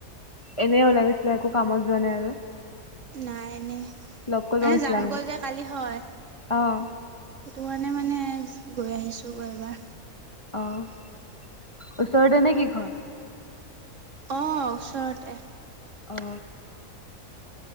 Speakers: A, on the left; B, on the right.
A: এনে ওলাই গৈ, একো কামত যোৱা নাই আৰু।
B: নাই এনে,
A: লগ কৰিব
B: মানে
A: গৈছিলা
B: যামগৈ যে কালি হয়।
A: অ',
B: সেইটো কাৰণে মানে গৈ আহিছোঁ ব এবাৰ।
A: অ' ওচৰতে নে কি ঘৰ?
B: অঁ' ওচৰতে।
A: অ।